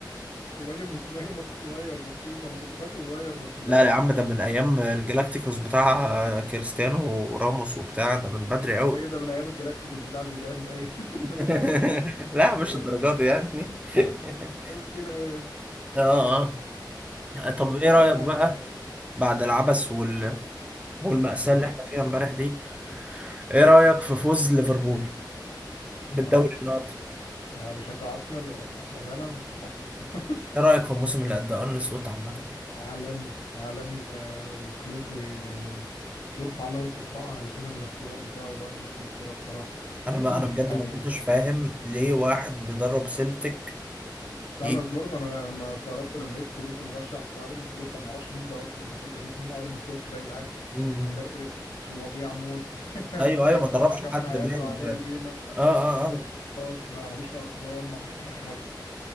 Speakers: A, on the left (about 75°); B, on the right (about 15°).
A: الراجل من راجل مش صغير فاسكيز ده، انا كنت فاكره صغير بس لا
B: لا يا عم ده من ايام الجلاكتيكوس بتاع كريستيانو وراموس وبتاع ده من بدري قوي
A: الراجل ده من ايام الجلاكتيكوس بتاع زيدان باين <laughs>
B: <laughs>
A: الراجل ده من زمان قوي
B: لا
A: في
B: مش
A: الريال
B: الدرجات دي يعني <laughs>
A: بقاله كتير قوي هنا
B: اه اه طب
A: طب بعيدا
B: ايه رأيك
A: بقى عن
B: بقى
A: ال-
B: بعد العبث وال... والمأساة
A: مهم.
B: اللي احنا فيها امبارح دي ايه رأيك في فوز ليفربول
A: مستحق
B: بالدوري النهارده
A: يعني انا بشجع ارسنال و- وبامانه مستحق <laughs>
B: ايه رأيك في الموسم اللي قدمه ارن سلوت عامة يعني
A: عالمي عالمي وك... وكلوب يعني يرفع له القبعه علشان الاختيار بتاعه لارني سلوت ده بصراحه
B: انا
A: <clears throat>
B: بقى انا بجد
A: يعني
B: ما كنتش فاهم ليه واحد بيدرب سيلتك
A: انا
B: يجي
A: برضه انا أنا ما استغربت لما لقيت كلوب مرشح ارني سلوت انا ما اعرفش مين ده اصلا دخلت اشوف مين ارني سلوت ده يا جدعان
B: مم.
A: مدرب وضيع موت <laughs> ما
B: ايوه
A: مسكش
B: ايوه ما دربش
A: حاجه
B: حد
A: في حياته
B: باين
A: عليها القيمه
B: اه اه
A: معهوش
B: اه
A: بطولات معهوش ارقام معهوش اي حاجه